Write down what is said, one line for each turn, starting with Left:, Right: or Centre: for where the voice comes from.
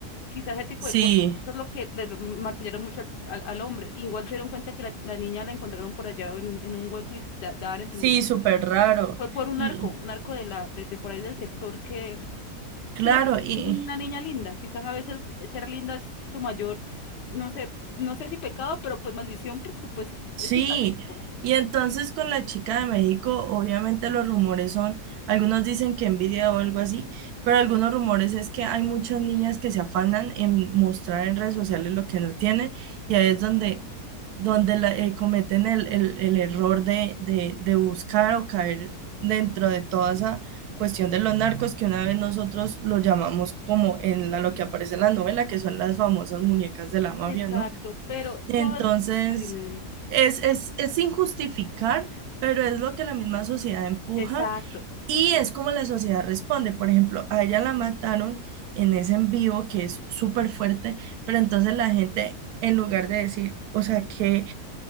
Left: Quizás ese tipo
Right: Sí,
Left: de cosas eso es lo que le lo martillaron mucho al, al- al hombre. Igual se dieron cuenta que la, la niña la encontraron por allá en un, en un hueco y s- da- daban a entender.
Right: sí, súper raro.
Left: Fue por un
Right: L-
Left: narco, un narco de, la, de, de por ahí del sector que... Es
Right: claro,
Left: que no fue
Right: y,
Left: una niña linda. Quizás a veces ser linda es tu mayor, no sé, no sé si pecado, pero pues maldición porque pues
Right: Sí,
Left: es castigo.
Right: y entonces con la chica de México, obviamente los rumores son, algunos dicen que envidia o algo así, pero algunos rumores es que hay muchas niñas que se afanan en mostrar en redes sociales lo que no tienen y ahí es donde, donde la- eh, cometen el, el- el error de, de, de buscar o caer dentro de toda esa cuestión de los narcos que una vez nosotros lo llamamos como en la- lo que aparece en la novela, que son las famosas muñecas de la mafia,
Left: Exacto,
Right: ¿no?
Left: pero
Right: Entonces...
Left: todo... es- Sí, dime, dime.
Right: Es, es, es sin justificar, pero es lo que la misma sociedad empuja
Left: Exacto.
Right: y es como la sociedad responde. Por ejemplo, a ella la mataron en ese en vivo que es súper fuerte, pero entonces la gente, en lugar de decir, o sea, que